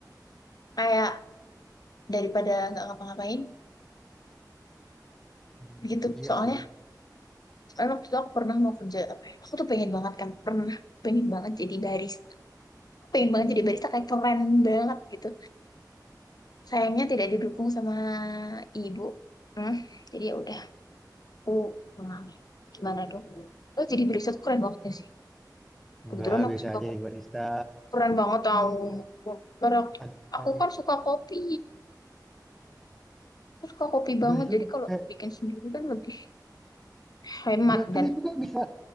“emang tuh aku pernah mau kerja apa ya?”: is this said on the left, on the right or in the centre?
Left